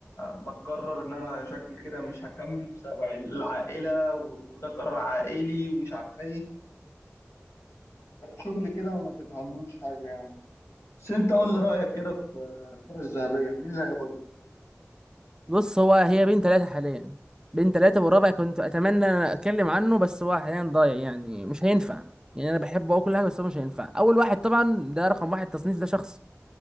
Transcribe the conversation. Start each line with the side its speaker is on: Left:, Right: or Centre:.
Left: بقرر ان انا شكلي كده مش هكمل بسبب العائله وده قرار عائلي ومش عارف ايه شغل كده ما تفهملوش حاجة يعني بس انت قول لي رايك كده في الكرة الذهبية مين اللي هياخدها؟
Right: بص هو هي بين ثلاثة حاليا بين ثلاثة والرابع كنت أتمنى إن أنا أتكلم عنه بس هو حاليا ضايع يعني مش هينفع يعني أنا بحبه أه كل حاجة بس هو مش هينفع أول واحد طبعا ده رقم واحد تصنيف ده شخص